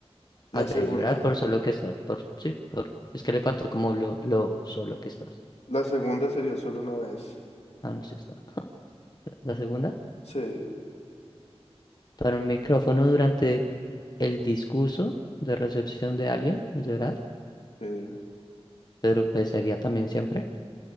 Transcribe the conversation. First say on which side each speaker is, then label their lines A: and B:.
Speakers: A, on the left; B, on the left.
A: La
B: Allá
A: segunda.
B: y llorar por solo que estás. Por, sí, por, es que le faltó como lo, lo solo que estás.
A: La segunda sería solo una vez.
B: Ah, no, sí está. La segunda,
A: Sí,
B: tomar un micrófono durante el discurso de recepción de alguien y llorar,
A: sí.
B: pero pues sería también siempre.